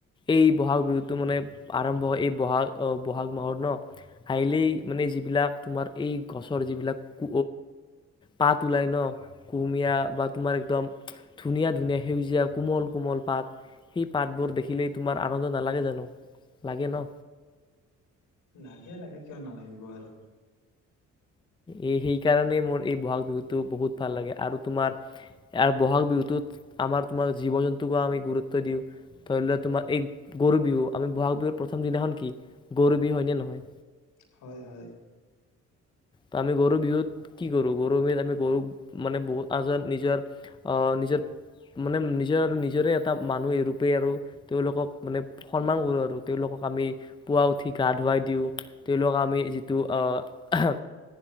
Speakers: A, on the left; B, on the left.
A: এই বহাগ বিহুটো মানে আৰম্ভ হয় এই বহাগ বহাগ মাহত ন হাইলেই মানে যিবিলাক তোমাৰ এই গছৰ যিবিলাক ক পাত ওলাই ন কুহুমীয়া বা তোমাৰ একদম ধুনীয়া ধুনীয়া সেউজীয়া কোমল কোমল পাত সেই পাতবোৰ দেখিলেই তোমাৰ আনন্দ নালাগে জানো লাগে ন?
B: লাগে লাগে কিয় নালাগিব আৰু
A: এই সেইকাৰণেই মোৰ এই বহাগ বিহুটো বহুত ভাল লাগে আৰু তোমাৰ ব'হাগ বিহুটোত আমাৰ তোমাৰ জীৱ জন্তুকো আমি গুৰুত্ব দিওঁ ধৰি লওঁ‌ তোমাৰ এই গৰু বিহু আমি ব'হাগ বিহুৰত প্ৰথম দিনাখন কি গৰু বিহু হয়নে নহয়?
B: হয় হয়
A: ত আমি গৰু বিহুত কি কৰো গৰু বিহুত আমি গৰু মানে বহুত আজাৰ নিজৰ আহ নিজৰ মানে নিজৰ আৰু নিজৰে মানুহে ৰূপে আৰু তেওঁলোকক মানে সন্মান কৰোঁ আৰু তেওঁলোকক আমি পুৱা উঠি গা ধুৱাই দিওঁ তেওঁলোকক আমি যিটো আহ